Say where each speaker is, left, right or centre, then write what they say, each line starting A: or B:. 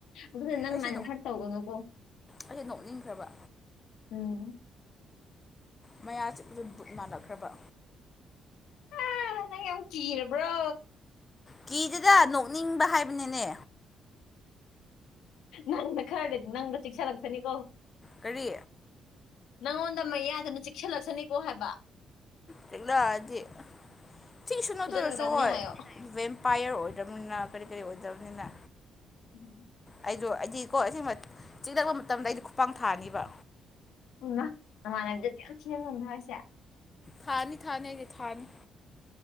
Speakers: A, on the left (about 85°); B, on the left (about 25°).
A: ꯑꯗꯨꯅ ꯅꯪ
B: ꯑꯩꯁꯦ
A: ꯃꯥꯏꯟ ꯍꯔꯠ ꯇꯧꯒꯅꯨꯀꯣ
B: ꯑꯩꯁꯦ ꯅꯣꯛꯅꯤꯡꯈ꯭ꯔꯕ
A: ꯎꯝ
B: ꯃꯌꯥ ꯆꯤꯛꯄꯗ ꯕꯨꯠ ꯃꯥꯜꯂꯛꯈ꯭ꯔꯕ
A: ꯑꯥ ꯅꯪ ꯌꯥꯝ ꯀꯤꯔꯕ꯭ꯔꯣ
B: ꯀꯤꯗꯦꯗ ꯅꯣꯛꯅꯤꯡꯕ ꯍꯥꯏꯕꯅꯤꯅꯦ
A: ꯅꯪꯅ ꯈꯔꯗꯤ ꯅꯪꯗ ꯆꯤꯛꯁꯜꯂꯛꯁꯥꯅꯤꯀꯣ
B: ꯀꯔꯤ
A: ꯅꯪꯉꯣꯟꯗ ꯃꯌꯥꯗꯨꯅ ꯆꯤꯛꯁꯤꯜꯂꯛꯁꯥꯅꯤꯀꯣ ꯍꯥꯏꯕ
B: ꯆꯤꯛꯂꯛꯑꯥꯗꯤ ꯆꯤꯛꯁꯅꯨ
A: ꯐꯨꯖꯟꯒꯗꯕꯅꯤ
B: ꯑꯗꯨꯑꯣꯏꯔꯁꯨ ꯍꯣꯏ
A: ꯍꯥꯏꯌꯣ
B: ꯕꯦꯝꯄꯥꯌꯔ ꯑꯣꯏꯗꯝꯅꯤꯅ ꯀꯔꯤ ꯀꯔꯤ ꯑꯣꯏꯗꯕꯅꯤꯅ
A: <unintelligible>
B: ꯑꯩꯗꯣ ꯑꯩꯗꯤꯀꯣ ꯑꯁꯦꯡꯕ ꯆꯤꯛꯂꯛꯄ ꯃꯇꯝꯗ ꯑꯩꯗꯤ ꯈꯨꯄꯥꯛ ꯊꯥꯅꯤꯕ
A: ꯑꯣ ꯏꯃꯥ ꯅꯃꯥꯟꯅꯕꯤꯗꯥ ꯑꯗꯨꯌꯥꯝ ꯊꯤꯅ ꯉꯝꯕ ꯍꯥꯏꯁꯦ
B: ꯊꯥꯅꯤ ꯊꯥꯅꯤ ꯑꯩꯗꯤ ꯊꯥꯅꯤ